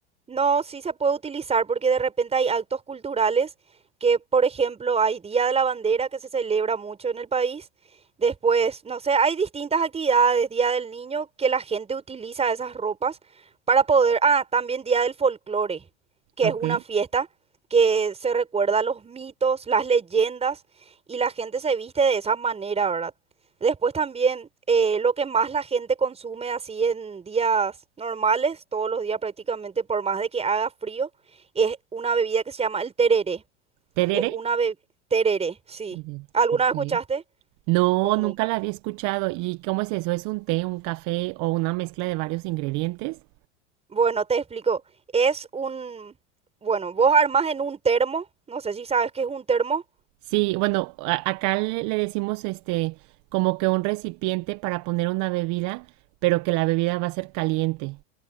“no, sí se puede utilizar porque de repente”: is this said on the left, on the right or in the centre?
Right